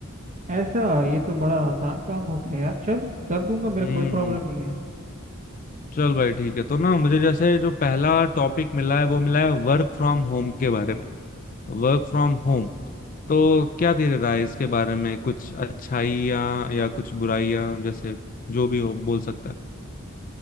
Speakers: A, on the right (about 35°); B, on the left (about 40°).
A: ऐसा ये तो बड़ा आसान काम हो गया यार चल कर दूंगा मेरा
B: हम्म
A: कोई प्रॉब्लम नहीं है
B: चल भाई ठीक है तो ना मुझे जैसे जो पहला टॉपिक मिला है वो मिला है वर्क फ्रॉम होम के बारे में Work from home तो क्या तेरी राय है इसके बारे में कुछ अच्छाइयाँ या कुछ बुराइयाँ जैसे जो भी हो बोल सकता है